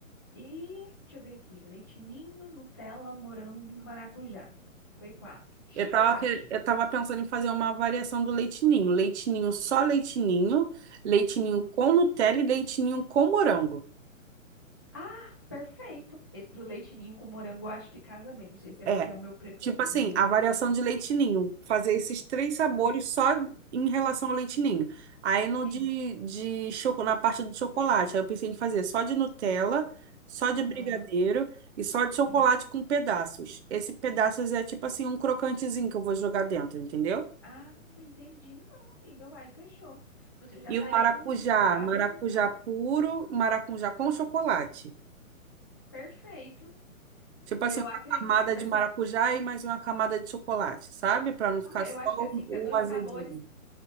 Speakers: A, on the left; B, on the right.
A: E deixa eu ver aqui. Leite ninho, Nutella, morango, maracujá. Foi quatro. Chocolate.
B: Eu tava, que- eu tava pensando em fazer uma variação do leitinho. Leitinho só leitinho, leitinho
A: Uhum.
B: com Nutella e leitinho com morango.
A: Ah, perfeito. Esse do leite ninho com morango eu acho que casa bem. Não sei se é
B: É,
A: porque é o meu preferido,
B: tipo assim,
A: viu?
B: a variação de leite ninho, fazer esses três sabores
A: Ah,
B: só em relação ao leite ninho. Aí no
A: sim.
B: de, de choco, na parte do chocolate, aí eu pensei em fazer só de Nutella, só de
A: Aham,
B: brigadeiro e só de chocolate
A: sim.
B: com pedaços. Esse pedaços é tipo assim um crocantezinho que eu vou jogar dentro, entendeu?
A: Ah, entendi. Não, amiga. Uai, fechou. Você já
B: E
A: tá
B: o
A: aí
B: maracujá,
A: com um cardápio
B: maracujá
A: montado.
B: puro, maracujá com chocolate.
A: Perfeito.
B: Tipo assim,
A: Eu
B: uma
A: acredito
B: camada
A: que vai
B: de maracujá
A: ser.
B: e mais uma camada de chocolate, sabe? Para não ficar
A: Ah,
B: só
A: eu acho que é assim,
B: o
A: que é dois
B: o azedinho.
A: sabores.